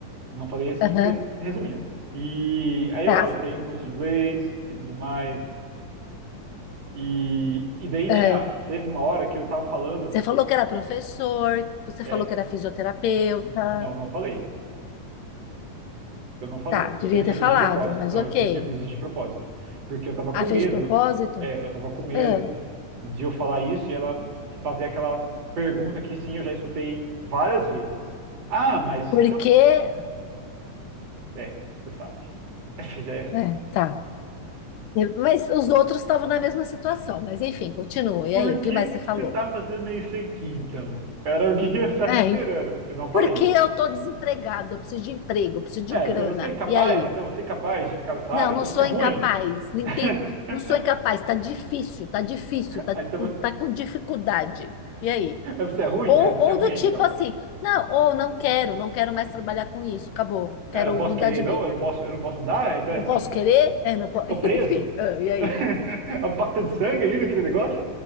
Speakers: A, on the right (about 55°); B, on the left (about 85°).
A: não falei assim,
B: aham,
A: mas resumindo. E aí
B: tá.
A: eu não, eu tenho um curso de inglês e tudo mais. E, e daí tinha,
B: É,
A: teve uma hora que eu tava falando,
B: você falou que era professor, você
A: é,
B: falou que era fisioterapeuta.
A: não, não falei. Eu não falei.
B: Tá, devia
A: Isso
B: ter
A: eu
B: falado,
A: fiz de propósito.
B: mas
A: Não,
B: ok.
A: eu fiz, eu fiz isso de propósito. Porque eu tava com
B: Ah,
A: medo,
B: fez de propósito?
A: é, eu tava com medo
B: Ah,
A: de eu falar isso e ela fazer aquela pergunta que sim, eu já escutei várias vezes. Ah, mas
B: porque.
A: É, você sabe. <laughs> Você já ia falar.
B: É, tá. Mas os outros estavam na mesma situação, mas enfim, continua. E
A: Por
B: aí, o
A: que
B: que mais
A: que
B: você falou?
A: você tá fazendo isso aqui, então? Era o que eu estava
B: É,
A: esperando.
B: enfim.
A: Eu não falei.
B: Porque eu tô desempregado, eu preciso de emprego, eu preciso de
A: É,
B: grana.
A: então você é incapaz,
B: E aí?
A: então você é incapaz de ficar nessa
B: Não,
A: área, então
B: não sou
A: você é ruim.
B: incapaz. Ninguém.
A: <laughs>
B: Não sou incapaz, tá difícil, tá difícil,
A: Ah,
B: tá,
A: então
B: com-
A: você
B: tá com dificuldade. E aí?
A: é você é ruim?
B: Ou,
A: É, você
B: ou
A: é ruim
B: do
A: aí,
B: tipo
A: então.
B: assim, não, ou não quero, não quero mais trabalhar com isso, acabou,
A: É,
B: quero
A: Eu não posso
B: mudar
A: querer,
B: de vida.
A: não, eu não posso, eu não posso mudar, então
B: Não
A: é assim?
B: posso querer? É, não posso.
A: Eu tô
B: <laughs>
A: preso?
B: Enfim, ah, e aí?
A: <laughs> É um pacto de sangue ali naquele negócio